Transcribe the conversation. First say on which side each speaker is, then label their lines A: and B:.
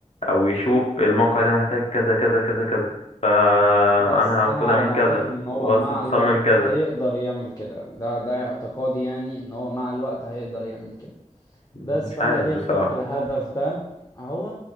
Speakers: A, on the left; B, on the left.
A: او يشوف الموقع ده محتاج كذا كذا كذا كذا فانا
B: بس انا
A: المفروض
B: على
A: اعمل
B: ما
A: كذا
B: اعتقد ان
A: واصمم
B: هو مع الوقت
A: كذا
B: هيقدر يعمل كده ده ده اعتقادي يعني ان هو مع الوقت هيقدر يعمل كده
A: مش
B: بس فانا
A: عارف
B: ليه
A: بصراحه
B: اخترت الهدف ده هو